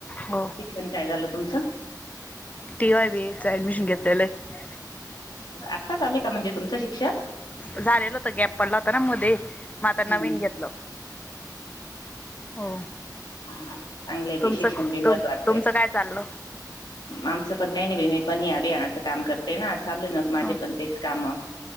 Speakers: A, on the left; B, on the left.
A: हो.
B: शिक्षण काय झालं तुमचं?
A: T Y B A admission घेतले हाय‌.
B: आत्ता चालेय का म्हणजे तुमचं शिक्षण <inaudible>
A: झालेलं होत गॅप पडला होता ना मधे, मग आता नवीन
B: हम्म
A: घेतलं. हो.
B: चांगलं बी
A: तुमचं
B: शिक्षण बी
A: तुम
B: महत्वाटचय.
A: तुमचं काय चाललं
B: आमचं पण काही नाही मी पण अभियानाचं काम करते ना, चालूय म माझे
A: हो
B: पण तेच काम,